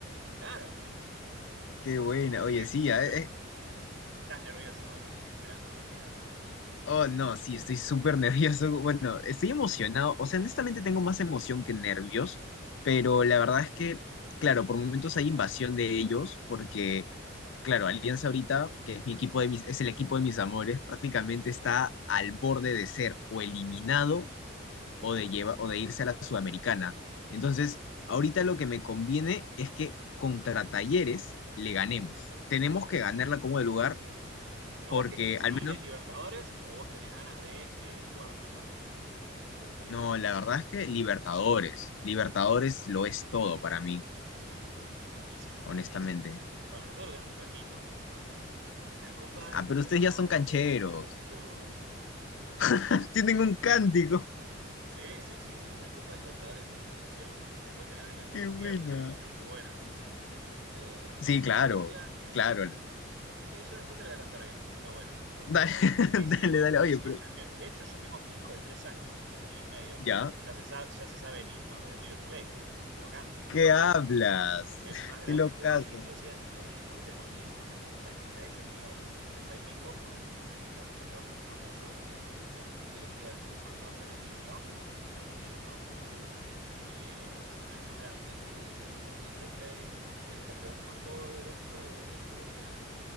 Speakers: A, on the right (about 65°); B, on the left (about 65°).
A: Claro.
B: Qué buena.
A: Así
B: Oye,
A: que,
B: sí, ya,
A: pero
B: eh, eh.
A: estás nervioso con el- esperando el partido, ¿no?
B: Oh, no, sí, estoy súper <laughs> nervioso. Bueno, estoy emocionado. O sea, honestamente tengo más emoción que nervios, pero la verdad es que, claro, por momentos hay invasión de ellos, porque, claro, Alianza ahorita, que es mi equipo de mis, es el equipo de mis amores, prácticamente está al borde de ser o eliminado o de, lleva, o de irse a la Sudamericana. Entonces, ahorita lo que me conviene es que contra Talleres le ganemos. Tenemos que ganarla como de lugar
A: Pero
B: porque
A: vos qué querés,
B: al
A: ¿seguir
B: menos,
A: en Libertadores o vos tenés ganas de eh, jugar Sudamericana? ¿Qué te gustaría
B: no,
A: más?
B: la verdad es que Libertadores, Libertadores lo es todo para mí,
A: Y sí.
B: honestamente.
A: Bueno, nosotros tenemos un cantito con eso. La Copa de
B: Ah,
A: Libertadores
B: pero ustedes ya son cancheros.
A: es mi obsesión. <laughs>
B: <laughs>
A: Era muy
B: Tienen
A: bueno.
B: un cántico.
A: Sí, sí, sí, sí. La Copa Libertadores es mi obsesión. Después te la voy a cantar
B: Qué
A: un
B: buena.
A: día, pero es muy buena, sí, sí, sí. Eh,
B: Sí, claro,
A: decías que.
B: claro.
A: eh, Sí, ya después te la voy a cantar bien, pero está buena, está buena
B: Dale,
A: esa canción.
B: <laughs>
A: Sí, sí,
B: dale,
A: bueno,
B: dale.
A: muchísimas
B: Oye, pero
A: canciones. De hecho, yo tengo mi hijo de tres años, tres años y medio,
B: ya.
A: ya se sabe, ya se sabe el himno de River Plate, y lo canta.
B: ¿Qué hablas?
A: El
B: <laughs>
A: más grande
B: Qué locazo.
A: sigue siendo Ri, porque tenemos un himno, o sea, que está hecho en 1970 y pico por un artista popular muy famoso que la comisión directiva del club mandó a hacer el himno y tenemos un himno del club que dice, el más grande sigue siendo River Plate, el campeón más poderoso de la historia.